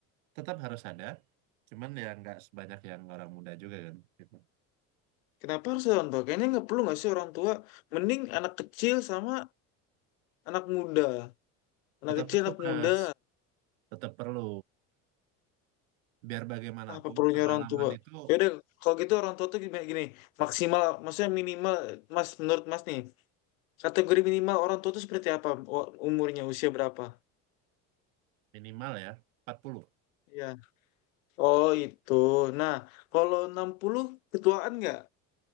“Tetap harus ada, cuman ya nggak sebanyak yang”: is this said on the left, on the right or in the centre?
Right